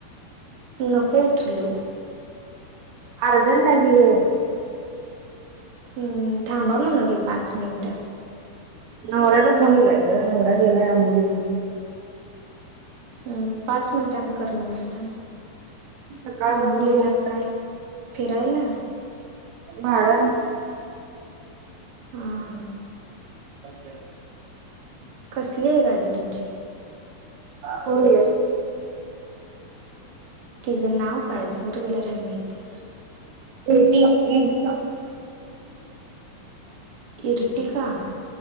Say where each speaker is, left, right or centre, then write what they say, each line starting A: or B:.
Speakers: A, on the right; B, on the right.
A: नको उचलू
B: अर्जंट आहेली
A: हम्म थांबा म्हणोगे पाच मिनिट
B: नवऱ्याचा फोनवलाय ग नवराा गेलाय आंबोलीला
A: अम पाच मिनिटां करम न असत
B: सकाळपासून
A: आंबोलीला
B: फोन
A: काय फिरायला
B: भाड आहे
A: हा हां
B: अज ना,
A: कसली आहे गाडी तुमची?
B: होय
A: तिचं नाव काय? फोर व्हीलर आहे माहिती.
B: एटी,, एर्टिगा का,
A: एर्टिका